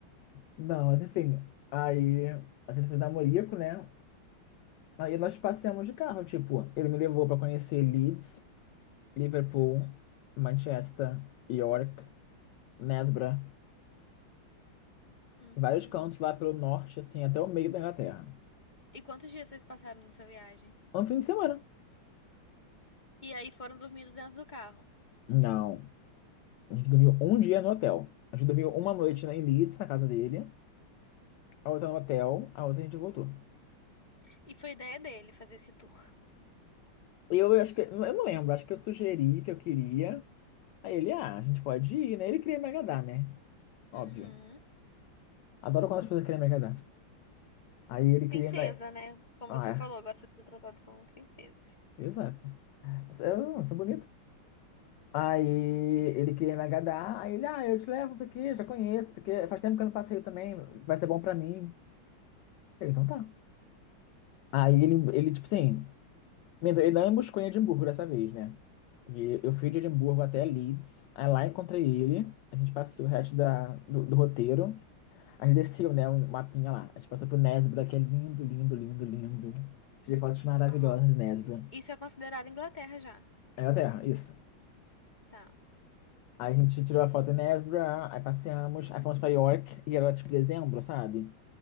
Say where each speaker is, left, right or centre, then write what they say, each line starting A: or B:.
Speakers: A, on the left; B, on the left.
A: Não, mas enfim. Aí a gente foi namorico, né? Aí nós passeamos de carro, tipo, ele me levou pra conhecer Leeds, Liverpool,
B: Uhum,
A: Manchester, York, Nesbra,
B: uhum.
A: vários cantos lá pelo norte, assim, até o meio da Inglaterra.
B: E quantos dias vocês passaram nessa viagem?
A: Um fim de semana.
B: E aí foram dormindo dentro do carro.
A: Não. A gente dormiu um dia no hotel. A gente dormiu uma
B: Uhum.
A: noite na em Leeds, na casa dele, a outra no hotel, a outra a gente voltou.
B: E foi ideia dele fazer esse tour.
A: Eu acho que, eu não lembro, acho que eu sugeri que eu queria. Aí ele, ah, a gente pode ir, né? Ele queria me agradar, né? Óbvio.
B: Uhum.
A: Adoro quando as pessoas querem me agradar. Aí ele queria
B: Princesa,
A: me.
B: né? Como
A: Ah,
B: você
A: é.
B: falou, gosta de ser tratado como princesa.
A: exato. Eu sou bonito. Aí ele queria me agradar. Aí ele, ah, eu te levo, isso aqui, já conheço, isso aqui. Faz tempo que eu não passei também, vai ser bom pra mim. Eu, então tá. Aí ele, ele, tipo assim, Minto, Ele não me buscou em Edimburgo dessa vez, né? E eu fui de Edimburgo até Leeds, aí lá encontrei ele, a gente passou o resto da, do, do roteiro, a gente desceu, né, o mapinha lá, a gente passou por Nesbra, que é lindo, lindo, lindo, lindo. Tirei fotos maravilhosas
B: Aham.
A: de Nesbra.
B: Isso é considerado Inglaterra já.
A: Era terra, isso.
B: Tá.
A: Aí a gente tirou a foto em Nesbra, aí passeamos, aí fomos pra York, e era tipo dezembro, sabe?